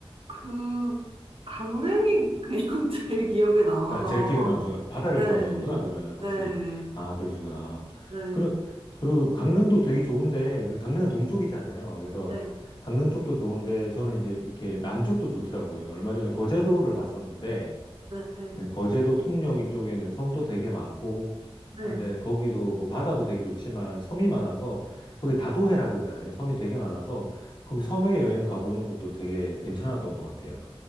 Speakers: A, on the right; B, on the left.
A: 그, 강릉이 그냥 <laughs> 제일 기억에 남아서.
B: 나 제일 기억에 남으신 건 바다를
A: 네,
B: 좋아하시는구나.
A: 네,
B: 그러면은 확실히
A: 네,
B: 아 그러시구나.
A: 네,
B: 그리고 그리고 강릉도 되게 좋은데 그 강릉은 동쪽이잖아요. 그래서
A: 네,
B: 강릉 쪽도 좋은데 저는 이제 이렇게 남쪽도 좋더라고요. 저 얼마 전에 거제도를 갔었는데
A: 네,
B: 네, 거제도 통영 이쪽에는 섬도 되게 많고
A: 네.
B: 한데 거기도 뭐 바다도 되게 좋지만 섬이 많아서 거기 다도해라 그러잖아요. 섬이 되게 많아서 거기 섬에 여행 가보는 것도 되게 괜찮았던 것 같아요.